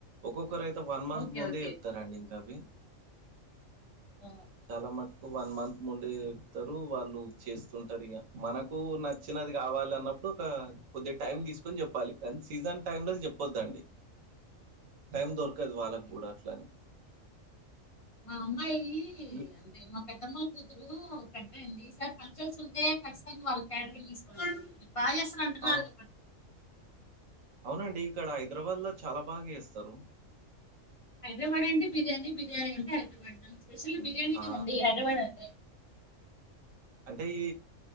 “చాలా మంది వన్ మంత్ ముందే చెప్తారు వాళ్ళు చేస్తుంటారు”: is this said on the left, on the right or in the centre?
Right